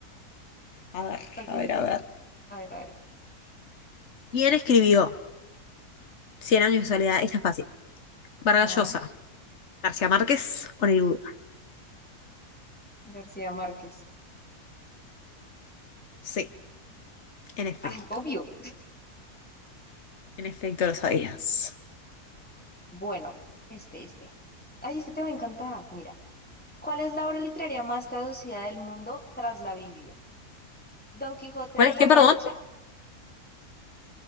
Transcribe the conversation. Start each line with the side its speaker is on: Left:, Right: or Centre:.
Left: A ver,
Centre: ok,
Left: a ver,
Centre: ok.
Left: a ver.
Centre: A ver, a ver.
Left: ¿Quién escribió Cien años de soledad? Esta es fácil. Vargas
Centre: Ay,
Left: Llosa. García Márquez, Oreruda.
Centre: García Márquez.
Left: Sí, en efecto.
Centre: Ay, obvio.
Left: En efecto, lo sabías.
Centre: Bueno, este, este. Ay, este te va a encantar. Mira, ¿cuál es la obra literaria más traducida del mundo tras la Biblia? Don Quijote
Left: ¿Cuál
Centre: de
Left: es
Centre: la
Left: qué, perdón?
Centre: Mancha,